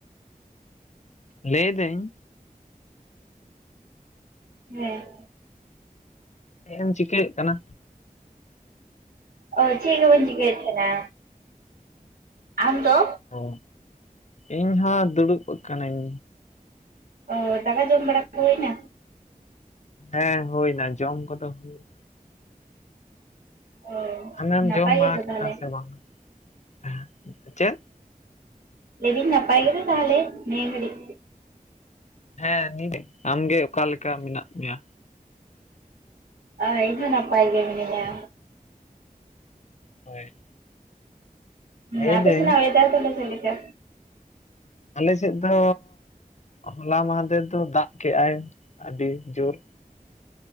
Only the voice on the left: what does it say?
ᱞᱟᱹᱭ ᱫᱟᱹᱧ
ᱪᱮᱫ ᱮᱢ ᱪᱤᱠᱟᱹᱭᱮᱫ ᱠᱟᱱᱟ
ᱚ ᱤᱧ ᱦᱚᱸ ᱫᱩᱲᱩᱵ ᱟᱠᱟᱱᱟᱹᱧ
ᱦᱮᱸ ᱦᱩᱭᱱᱟ ᱡᱚᱢ ᱠᱚᱫᱚ ᱦᱩᱭᱱᱟ᱾
ᱟᱢᱮᱢ
ᱡᱚᱢ ᱵᱟᱲᱟ
ᱠᱮᱜᱼᱟ
ᱥᱮ ᱵᱟᱝᱟ ᱦᱮᱸ ᱪᱮᱫ?
ᱦᱮᱸ ᱱᱤᱫ ᱟᱢᱜᱮ ᱚᱠᱟ ᱞᱮᱠᱟ ᱢᱮᱱᱟᱜ ᱢᱮᱭᱟ?
ᱦᱳᱭ
ᱞᱟᱹᱭᱫᱟᱹᱧ
ᱟᱞᱮ ᱥᱮᱫ ᱫᱚ ᱦᱚᱞᱟ ᱢᱟᱦᱟᱫᱮᱨ ᱫᱚ ᱫᱟᱜ ᱠᱮᱜᱟᱭ ᱟᱹᱰᱤ ᱡᱩᱨ